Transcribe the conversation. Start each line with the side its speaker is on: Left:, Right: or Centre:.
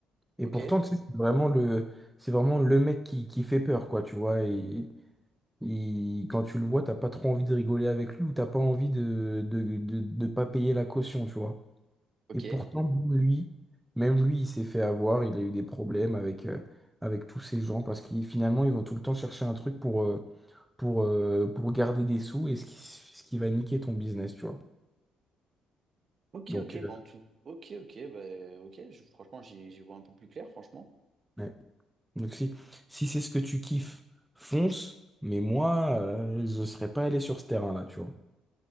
Centre: Et
Right: Ok,
Centre: pourtant, tu sais, c'est vraiment le, c'est vraiment le mec qui, qui fait peur, quoi, tu vois. Et, et quand tu le vois, t'as pas trop envie de rigoler avec lui ou t'as pas envie de, de, de, de pas payer la caution, tu vois.
Right: ok.
Centre: Et pourtant, lui, même lui, il s'est fait avoir. Il a eu des problèmes avec, euh, avec tous ces gens parce qu'ils, finalement, ils vont tout le temps chercher un truc pour, euh, pour, euh, pour garder des sous et ce qui, ce qui va niquer ton business, tu vois.
Right: Ok,
Centre: Donc,
Right: ok, ben,
Centre: euh,
Right: tout. Ok, ok, bah, ok, je- franchement, j'y j'y vois un peu plus clair, franchement.
Centre: ouais. Donc si, si c'est ce que tu kiffes, fonce. Mais moi, euh, je serais pas allé sur ce terrain-là, tu vois.